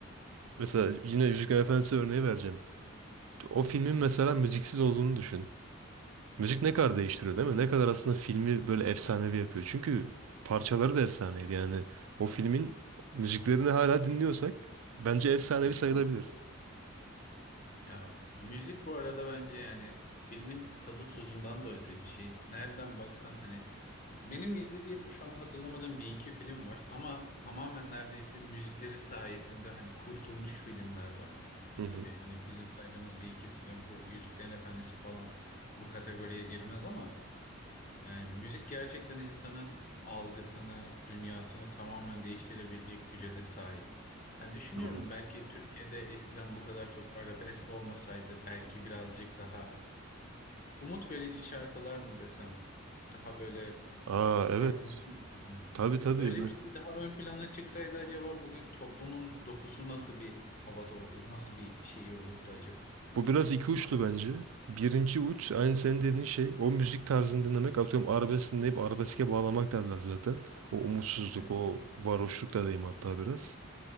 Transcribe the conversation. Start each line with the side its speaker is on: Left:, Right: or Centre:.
Right: Mesela yine Yüzüklerin Efendisi örneği vereceğim. O filmin mesela müziksiz olduğunu düşün. Müzik ne kadar değiştiriyor değil mi? Ne kadar aslında filmi böyle efsanevi yapıyor. Çünkü parçaları da efsaneydi. Yani o filmin müziklerini hala dinliyorsak bence efsanevi
Left: Kesinlikle.
Right: sayılabilir.
Left: Ya müzik bu arada bence yani filmin tadı tuzundan da öte bir şey. Nereden baksan hani benim izlediğim şu an hatırlamadığım bir iki film var ama tamamen neredeyse müzikleri sayesinde hani kurtulmuş filmler var.
Right: Hı hı.
Left: Tabii hani bizim saydığımız bir iki fi- yani bu Yüzüklerin Efendisi falan bu kategoriye girmez ama Yani müzik gerçekten insanın algısını, dünyasını tamamen değiştirebilecek güce de sahip. Yani düşünüyorum
Right: Doğru.
Left: belki Türkiye'de eskiden bu kadar çok arabesk olmasaydı belki birazcık daha umut verici şarkılar mı desem, daha böyle
Right: Aa evet.
Left: rock'ımsı mı desem.
Right: Tabii tabii.
Left: Öyle
Right: Mes-
Left: bir şey daha ön plana çıksaydı acaba bugün toplumun dokusu nasıl bir havada olur, nasıl bir şeyi olurdu acaba?
Right: Bu biraz iki uçlu bence. Birinci uç aynı senin dediğin şey o müzik tarzını dinlemek atıyorum arabesk dinleyip arabeske bağlamak derler zaten. O umutsuzluk,
Left: Evet.
Right: o varoşluk da diyeyim hatta biraz.